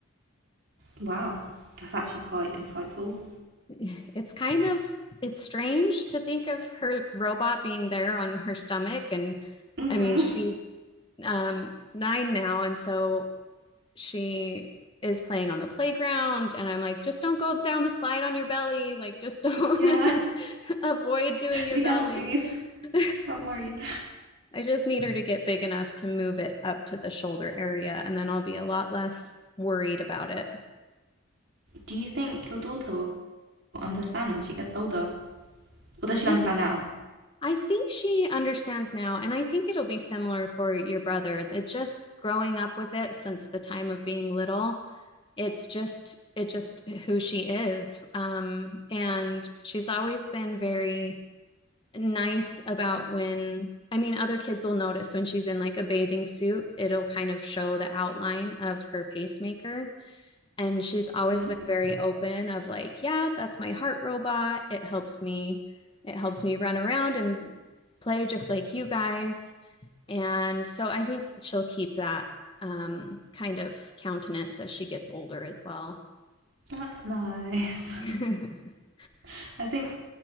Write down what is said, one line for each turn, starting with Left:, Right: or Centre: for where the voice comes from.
Right: wow. That's actually quite insightful.
Left: <laughs> it's kind of it's strange to think of her robot being there on her stomach and
Right: Mm-hmm.
Left: i mean she's um 9 now and so she is playing on the playground and I'm like, just don't go down the slide on your belly. Like, just don't
Right: Yeah.
Left: <laughs> avoid doing your
Right: Be
Left: belly.
Right: careful, please.
Left: <laughs>
Right: I'm worried.
Left: I just need her to get big enough to move it up to the shoulder area and then I'll be a lot less worried about it.
Right: Do you think your daughter will understand when she gets older? Or does she
Left: I
Right: understand
Left: think
Right: now?
Left: I think she understands now and I think it'll be similar for your brother. It's just growing up with it since the time of being little it's just it just who she is um and she's always been very nice about when i mean other kids will notice when she's in like a bathing suit it'll kind of show the outline of her pacemaker and she's always
Right: hmm
Left: been very open of like yeah that's my heart robot it helps me it helps me run around and play just like you guys and so i think she'll keep that um, kind of countenance as she gets older as well
Right: That's nice.
Left: <laughs>
Right: <laughs> I think